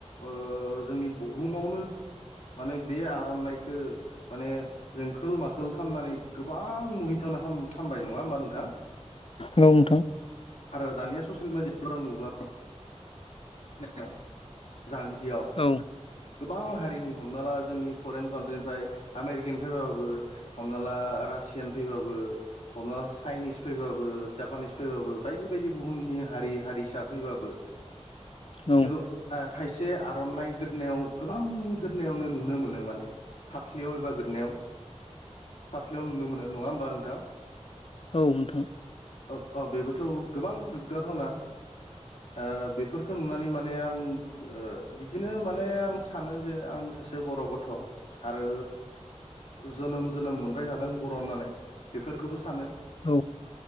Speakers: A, on the left; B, on the left.
A: ओ जोंनि बुहुमावनो माने बे आर'नाइखो माने जोंखोल माखोल खालामनानै गोबां मुहिथाव हामबाय नङा होमबा नोंथां?
B: औ नोंथां।
A: आरो दानिया ससियेल मिडियाफोराव नुबो <unintelligible> जान्जिआव
B: औ
A: गोबां हारिनि हमना ला जोंनि फरेन कान्ट्रिनिफ्राय आमेरिकानिफ्राय बाबाबो हमना ला रासियान फैबाबो हमना‌ लख चाइनिस फैबाबो जापानिस फैबाबो बायदि बायदि बुहुमनि हारि हारिसा फैबाबो
B: औ
A: खिन्थु आ खायसे आर'नाइ गोदनायाव गोबांनि गोदनायावनो नुनो मोनो माने फाफ्लियाव एबा गोदनायाव फाफ्लियाव नुनो मोनो नङा होमबा नोंथां?
B: औ नोंथां।
A: औ औ बेबोथ' गोबां गोग्गाथावना। ओ बि बेफोरखौ नुनानै माने आं बिदिनो माने आं सानो जे आं सासे बर' गथ' आरो जोनोम जोनोम मोनबाय थादों बर' होननानै। बेफोरखौबो सानो
B: औ